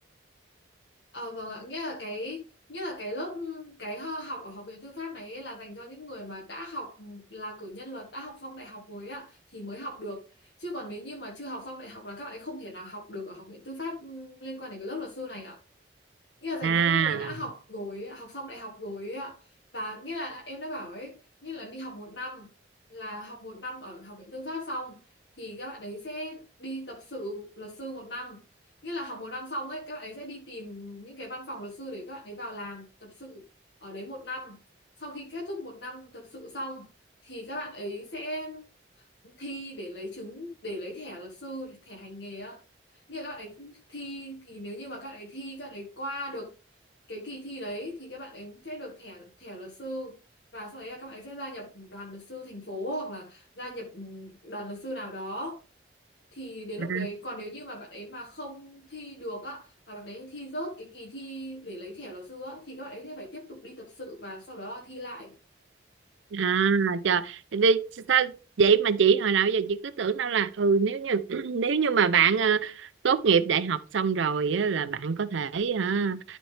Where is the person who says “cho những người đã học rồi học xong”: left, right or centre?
Left